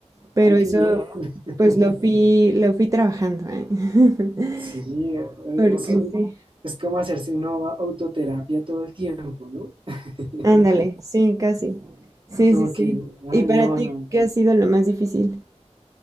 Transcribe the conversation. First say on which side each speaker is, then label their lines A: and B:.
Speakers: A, on the right; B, on the right.
A: pero
B: Ay,
A: eso
B: qué bien. <laughs>
A: pues lo fui, lo fui trabajando, ¿eh? <laughs>
B: Sí, eh,
A: Porque
B: eso es un-
A: sí,
B: es como hacerse una autoterapia todo el tiempo, ¿no? <laughs>
A: ándale, sí, casi. Sí,
B: Como
A: sí, sí.
B: que, ah,
A: ¿Y para
B: no,
A: ti
B: no.
A: qué ha sido lo más difícil?